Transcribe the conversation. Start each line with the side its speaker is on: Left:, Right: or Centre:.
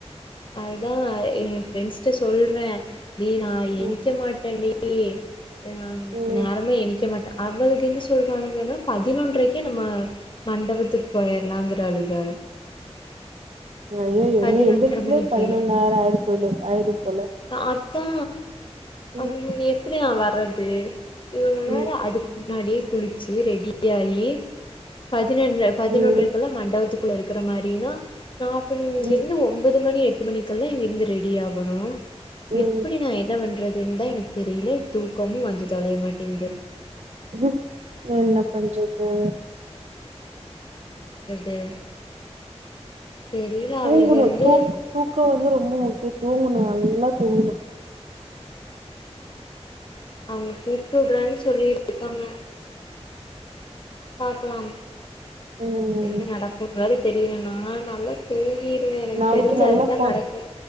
Left: அததா ஏ ஃப்ரெண்ட்ஸ்ட சொல்றே நீ நா எந்னைக்க
Right: ம்
Left: மாட்டேன் டி ஆ
Right: ம்
Left: நேரமே ஏந்திக்க மாட்டே அவளுக்கு என்ன சொல்றாளுங்கங்கன்னா பதினொன்றைக்கே நம்ம மண்டபத்துக்கு போயிறலாங்கிறாளுங்க
Right: அய்யய்யோ
Left: பதினொன்ற
Right: நீ எந்தருக்கதுல
Left: மணிக்கு
Right: பதினொன்னாயிர ஆயிர போயிலோ ஆயிரு போல
Left: அத்தா
Right: ம்
Left: அவ எ எப்படியா வர்றது இவன்ன
Right: ம்
Left: வேற அதுக்கு முன்னாடி குளிச்சு ரெடிய ஆகி பதினொன்ற பதினொன்றைக்குல்லா
Right: ம்
Left: மண்டபத்துக்கு குள்ள இருக்கிற மாரினா நா அப்ப இங்கருந்து
Right: ம்
Left: ஒம்போது மணி எட் டு மணிக்கெல்லா இங்கருந்து ரெடி ஆகணு
Right: ம்
Left: எப்டி நா என்ன பண்றது ஏன்ந்தா எனக்கு தெரில தூக்கமு வந்து தொலைய மாட்டேங்குது
Right: வேற என்ன பண்றது
Left: <unintelligible> தெரியல
Right: தூங்குணு
Left: அவளுக்கு வந்து
Right: தூக் தூக்கோ வந்து ரொம்ப முக்கியோ தூங்குணு நல்லா தூங்குணு
Left: அவுங்க கூப்ட்டு உட்றன்னு சொல்லிட்ருக்காங்க பாக்லாம்
Right: ம்
Left: என்ன நடக்குன் வேற தெரில நா நல்ல தூங்கிடுவே எனக்கு
Right: நாளைக்கு
Left: தெரிஞ்சு
Right: நல்லா
Left: அதுதா
Right: ஃபோ
Left: நடக்கு